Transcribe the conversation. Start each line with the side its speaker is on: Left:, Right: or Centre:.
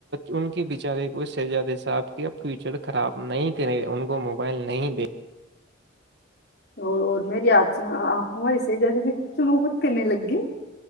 Right: ان کے بیچارے کو شہزادے صاحب کے فیوچر خراب نہیں کرے ان کو موبائل نہیں د
Left: اور اور مری آپ سے آپ ہماری س ج خود کرنے لگ گی